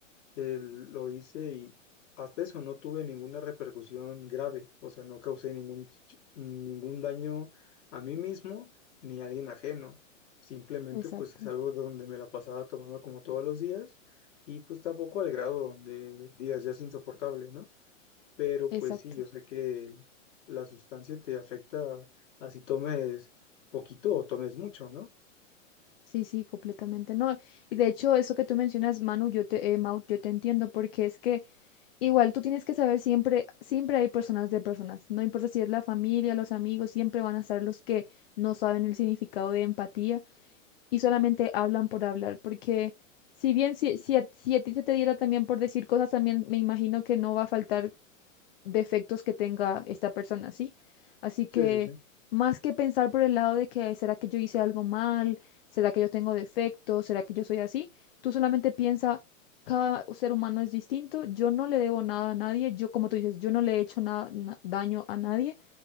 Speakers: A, on the left (about 65°); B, on the left (about 45°).
A: eh, lo hice y hasta eso no tuve ninguna repercusión grave, o sea, no causé ningún, ch- ningún daño a mí mismo ni a alguien ajeno. Simplemente
B: exacto,
A: pues es algo donde me la pasaba tomando como todos los días y pues tampoco al grado donde digas ya es insoportable, ¿no? pero
B: exacto.
A: pues sí, yo sé que el- la sustancia te afecta así tomes poquito o tomes mucho, ¿no?
B: Sí, sí, completamente. No, y de hecho, eso que tú mencionas, Manu, yo te, eh, Mau, yo te entiendo, porque es que igual tú tienes que saber siempre, siempre hay personas de personas. No importa si es la familia, los amigos, siempre van a estar los que no saben el significado de empatía y solamente hablan por hablar, porque si bien si, si, a, si a ti se te diera también por decir cosas, también me imagino que no va a faltar defectos que tenga esta persona, ¿sí? Así que
A: Sí, sí, sí.
B: más que pensar por el lado de que será que yo hice algo mal, será que yo tengo defectos, será que yo soy así, tú solamente piensa, cada ser humano es distinto, yo no le debo nada a nadie, yo como tú dices, yo no le he hecho nada, daño a nadie.